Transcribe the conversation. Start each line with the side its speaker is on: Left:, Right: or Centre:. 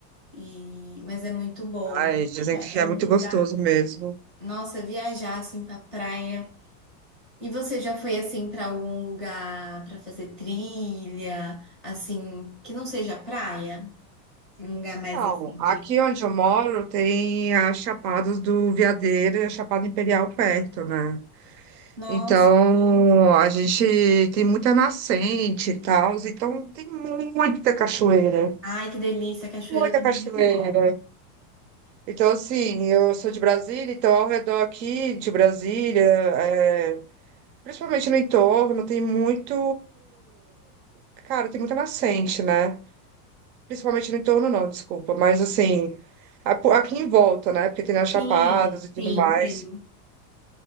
Centre: E... Mas é muito bom.
Right: Ai, dizem
Centre: É
Right: que
Centre: é
Right: é
Centre: um
Right: muito
Centre: lugar.
Right: gostoso mesmo.
Centre: Nossa, viajar assim para praia. E você já foi assim pra algum lugar pra fazer trilha, assim, que não seja praia? Um lugar mais
Right: Então,
Centre: assim
Right: aqui
Centre: de,
Right: onde eu moro tem as Chapadas do Veadeiro e a Chapada Imperial perto, né?
Centre: nossa,
Right: Então, a gente tem muita nascente e tal, então tem muita cachoeira,
Centre: ai que delícia, a cachoeira
Right: muita
Centre: também
Right: cachoeira.
Centre: é muito bom.
Right: Então, assim, eu sou de Brasília, então ao redor aqui de Brasília, é, principalmente no entorno, tem muito. Cara, tem muita nascente, né? Principalmente no entorno, não, desculpa. Mas assim, a- po- aqui em volta, né? Porque tem as chapadas
Centre: Sim,
Right: e tudo
Centre: sim,
Right: mais.
Centre: entendo.